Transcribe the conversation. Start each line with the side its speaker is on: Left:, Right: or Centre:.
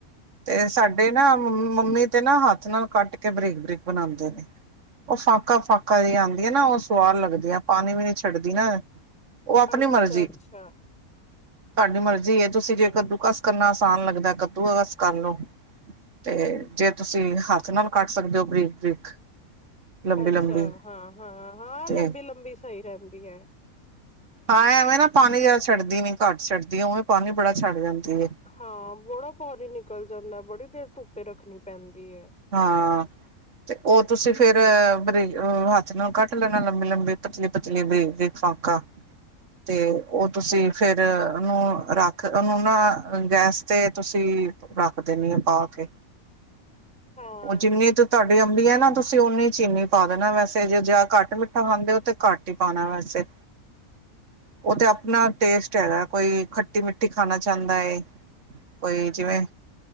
Right: ਤੇ ਸਾਡੇ ਨਾ ਮੰ ਮੰਮੀ ਤੇ ਨਾ ਹੱਥ ਨਾਲ ਕੱਟ ਕੇ ਬਰੀਕ ਬਰੀਕ ਬਣਾਉਂਦੇ ਉਹ ਫਾਕਾ ਫਾਕਾ ਜਿਹੀ ਆਉਂਦੀਆ ਨਾ ਉਹ ਸੁਆਰ ਲੱਗਦੀਆ ਪਾਣੀ ਵੀ ਨਹੀਂ ਛੱਡਦੀ ਨਾ ਉਹ ਆਪਣੀ
Centre: ਅੱਛਾ-ਅੱਛਾ
Right: ਮਰਜ਼ੀ ਤੁਹਾਡੀ ਮਰਜ਼ੀ ਹੈ ਤੁਸੀਂ ਜੇਕਰ ਕੱਦੂ ਕਸ ਕਰਨਾ ਆਸਾਨ ਲੱਗਦਾ ਕੱਦੂ ਕਸ ਕਰ ਲਓ ਤੇ ਜੇ ਤੁਸੀਂ ਹੱਥ ਨਾਲ ਕੱਟ ਸਕਦੇ ਹੋ ਬਰੀਕ ਬਰੀਕ ਲੰਬੀ
Centre: ਅੱਛਾ
Right: ਲੰਬੀ
Centre: ਹਾਂ ਹਾਂ ਹਾਂ
Right: ਤੇ
Centre: ਲੰਬੀ ਲੰਬੀ ਸਹੀ ਰਹਿੰਦੀ ਐ
Right: ਹਾਂ ਐਵੇਂ ਨਾ ਪਾਣੀ ਜਿਆ ਛੱਡਦੀ ਨੀ ਘੱਟ ਛੱਡਦੀ ਉਵੇਂ ਪਾਣੀ ਬੜਾ ਛੱਡ ਜਾਂਦੀ ਏ
Centre: ਹਾਂ ਬੜਾ ਬਾਰੀ ਨਿਕਲ ਜਾਂਦਾ ਬੜੀ ਦੇਰ ਧੁੱਪੇ ਰੱਖਣੀ ਪੈਂਦੀ ਏ
Right: ਹਾਂ ਤੇ ਉਹ ਤੁਸੀਂ ਫੇਰ ਬਰੀ ਹੱਥ ਨਾਲ ਕੱਟ ਲੈਣਾ ਲੰਬੀ ਲੰਬੀ ਪਤਲੀ ਪਤਲੀ ਬਰੀਕ ਬਰੀਕ ਫਾਕਾ ਤੇ ਉਹ ਤੁਸੀਂ ਫੇਰ ਉਹਨੂੰ ਰੱਖ ਉਹਨੂੰ ਨਾ ਗੈਸ ਤੇ ਤੁਸੀਂ ਰੱਖ ਦਣੀ ਹਾਂ ਪਾ ਕੇ।
Centre: ਹਾਂ-ਹਾਂ
Right: ਉਹ ਜਿਨੀ ਚ- ਤੁਹਾਡੀ ਅੰਬੀ ਹੈ ਨਾ ਤੁਸੀਂ ਉਨੀ ਚੀਨੀ ਪਾ ਦੇਣਾ ਵੈਸੇ ਜੇ ਜ ਘੱਟ ਮਿੱਠਾ ਖਾਂਦੇ ਹੋ ਤਾਂ ਘੱਟ ਹੀ ਪਾਉਣਾ ਵੈਸੇ। ਉਹ ਤੇ ਆਪਣਾ ਟੇਸਟ ਹੈਗਾ ਕੋਈ ਖੱਟੀ- ਮਿੱਠੀ ਖਾਣਾ ਚਾਹੁੰਦਾ ਹੈ। ਕੋਈ ਜਿਵੇਂ